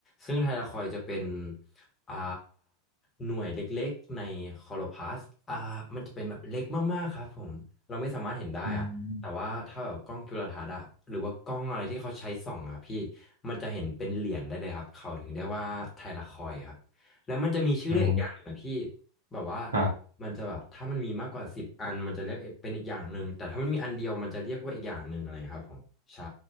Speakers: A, on the left; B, on the right.
A: ซึ่งไทลาคอยด์จะเป็นอ่าหน่วยเล็กๆในคลอโรพลาสต์อ่ามันจะเป็นแบบเล็กมากๆครับผมเราไม่สามารถเห็นได้อะแต่ว่าถ้าแบบกล้องจุลทรรศน์อะหรือว่ากล้องอะไรที่เขาใช้ส่องอะพี่
B: อืม
A: มันจะเห็นเป็นเหรียญได้เลยครับเขาถึงเรียกว่าไทลาคอยด์ครับแล้วมันจะมีชื่อเรียกอีกอย่างหนึ่งนะพี่
B: อ๋อ
A: แบบว่า
B: ครับ
A: มันจะแบบถ้ามันมีมากกว่าสิบอันมันจะเรียกเป็นอีกอย่างหนึ่งแต่ถ้ามันมีอันเดียวมันจะเรียกว่าอีกอย่างหนึ่งอะไรครับผมใช่